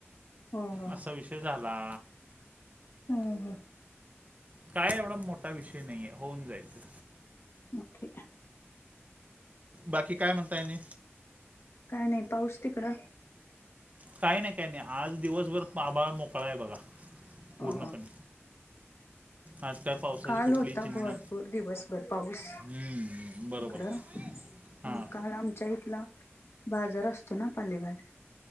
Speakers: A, on the left (about 65°); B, on the right (about 35°).
A: हो हो
B: आसा विषय झाला.
A: हूं हूं!
B: काय एवढा मोटा विषय नाहीये होऊन जाईल ते
A: ओके.
B: बाकी काय म्हणतायनी.
A: काय नाही पाऊस तिकडं?
B: काही नाही, काही नाही आज दिवसभर पाबाळ मोकळा आहे बघा. पूर्णपणे.
A: अ
B: आज काय पावसाची
A: काल
B: कुठलीही
A: होता
B: चिन्ह
A: भरपूर दिवसभर पाऊस
B: हम्म, बरोबर
A: इकडं.
B: हां
A: ऊं काल आमच्या इथला बाजार असतो ना पालेभाज्या.